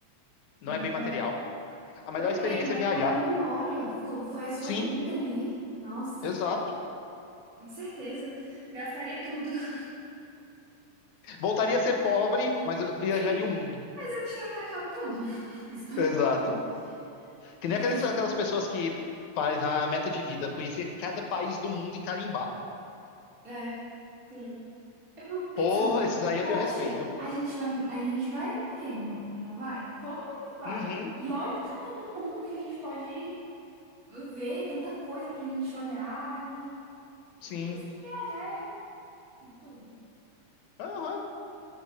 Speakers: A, on the left; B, on the right.
A: não
B: é verdade.
A: é bem material. A melhor
B: Pois
A: experiência
B: é, e vai
A: é viajar.
B: ficar na memória. Ficou, foi a sua
A: Sim,
B: vida ali. Nossa,
A: Exato.
B: com certeza. Gastaria tudo. <laughs>
A: Voltaria a ser pobre, mas viajaria
B: Sim.
A: o mundo.
B: Mas eu tinha viajado tudo. <laughs> Isso que é
A: Exato.
B: o importante.
A: Que
B: Conheci
A: nem aquelas, aquelas
B: tudo.
A: pessoas que faz a meta de vida, conhecer cada país do mundo e carimbar.
B: É, sim. É porque eu fico pensando,
A: Pô, esses aí eu
B: poxa,
A: tenho respeito.
B: a gente vai, a gente vai morrer, não, não vai? Todo mundo vai.
A: Uhum,
B: E olha o tamanho do mundo que a gente pode ver, tanta coisa pra gente olhar. E...
A: sim.
B: Por isso que viajar é tudo.
A: Aham.